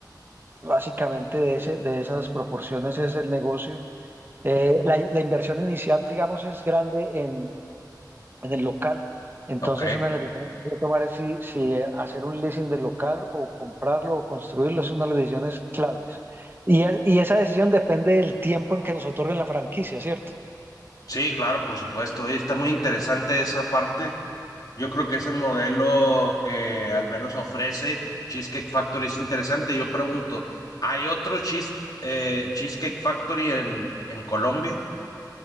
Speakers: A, on the right; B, on the left.
A: básicamente de ese, de esas proporciones es el negocio. Eh, la, la inversión inicial, digamos, es grande en el local. Entonces,
B: Ok.
A: una de las decisiones que hay que tomar es si, si eh, hacer un leasing del local o comprarlo o construirlo, es una de las decisiones claves. Y, es- y esa decisión depende del tiempo en que nos otorguen la franquicia, ¿cierto?
B: Sí, claro, por supuesto. Oye, Está muy interesante esa parte. Yo creo que ese modelo que al menos ofrece Cheesecake Factory es interesante. Yo pregunto, ¿hay otro cheese- eh, Cheesecake Factory en, en Colombia?